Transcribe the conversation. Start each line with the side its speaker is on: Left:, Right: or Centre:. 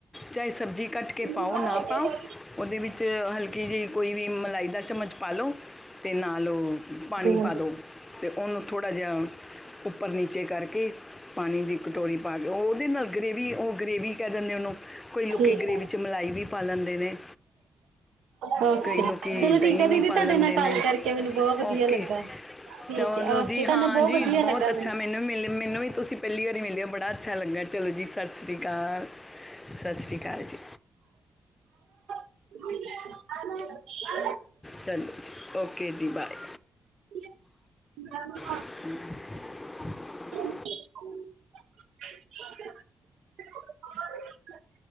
Left: ਚਾਹੇ ਸਬਜ਼ੀ ਕੱਟ ਕੇ
Right: ਹਾਂਜੀ
Left: ਪਾਓ ਨਾ ਪਾਓ, ਉਹਦੇ ਵਿੱਚ ਹਲਕੀ ਜਿਹੀ ਕੋਈ ਵੀ ਮਲਾਈ ਦਾ ਚਮਚ ਪਾ ਲਉ, ਤੇ ਨਾਲ ਪਾਣੀ
Right: ਹਾਂਜੀ
Left: ਪਾ ਦੋ ਤੇ ਉਹਨੂੰ ਥੋੜ੍ਹਾ ਜਿਹਾ ਉਪ ਚੇ ਕਰਕੇ, ਪਾਣੀ ਦੀ ਕਟੋਰੀ ਪਾ ਕੇ, ਉਹਦੇ ਨਾਲ ਗਰੇਵੀ, ਉਹ ਗਰੇਵੀ ਕਹਿ ਦਿੰਦੇ ਉਹਨੂੰ ਕਈ ਲੋਕੀ
Right: ਠੀਕ ਹੈ
Left: ਗਰੇਵੀ ਚ ਮਲਾਈ ਵੀ ਪਾ ਲੈਂਦੇ ਨੇ।
Right: ਓਕੇ
Left: ਕਈ ਲੋਕੀ
Right: ਚਲੋ ਠੀਕ
Left: ਦਹੀਂ
Right: ਆ ਦੀਦੀ
Left: ਵੀ ਪਾ
Right: ਤੁਹਾਡੇ
Left: ਲੈਂਦੇ
Right: ਨਾਲ ਗੱਲ
Left: ਨੇ,
Right: ਕਰਕੇ ਮੈਨੂੰ ਬਹੁਤ ਵਧੀਆ
Left: ਓਕੇ।
Right: ਲੱਗਾ। ਠੀਕ
Left: ਚਲੋ
Right: ਹੈ ਓਕੇ
Left: ਜੀ,
Right: ਤੁਹਾਡੇ
Left: ਹਾਂ
Right: ਨਾਲ ਬਹੁਤ
Left: ਜੀ,
Right: ਵਧੀਆ ਲੱਗਾ
Left: ਬਹੁਤ ਅੱਛਾ ਮੈਨੂੰ ਮਿਲੇ, ਮੈਨੂੰ ਵੀ ਤੁਸੀਂ ਪਹਿਲੀ ਵਾਰੀ ਮਿਲ ਹੋ। ਬੜਾ ਅੱਛਾ ਲੱਗਾ ਚਲੋ ਜੀ, ਸਤਿ ਸ਼੍ਰੀ ਅਕਾਲ। ਸਤਿ ਸ਼੍ਰੀ ਅਕਾਲ ਜੀ।
Right: <unintelligible>
Left: ਚਲੋ ਜੀ, ਓਕੇ ਜੀ, ਬਾਏ।
Right: <unintelligible>
Left: ਹਮ।
Right: <unintelligible>